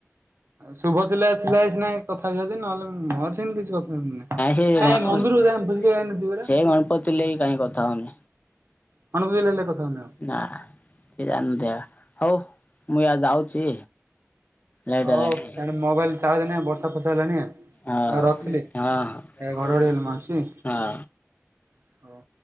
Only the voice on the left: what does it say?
ଏ ନାଇ ସେ <unintelligible>
ସେ ଗଣପ ଥିଲେ ବି କାହିଁ କଥା ହଉନି।
ନା <unintelligible> ହଉ। ମୁଁ ୟା ଯାଉଛି। ଲାଇଟ
ହେଲା
କି।
ହଁ
ହଁ
ହଁ
ହଁ।